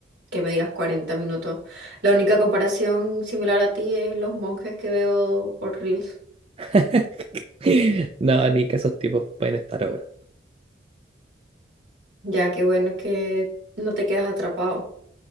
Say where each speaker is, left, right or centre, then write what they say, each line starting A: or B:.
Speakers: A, on the right; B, on the right.
A: que me digas 40 minutos. La única comparación similar a ti es los monjes que veo por Reels.
B: <laughs> No, ni que esos tipos pueden estar ahora.
A: Ya que bueno que no te quedas atrapado,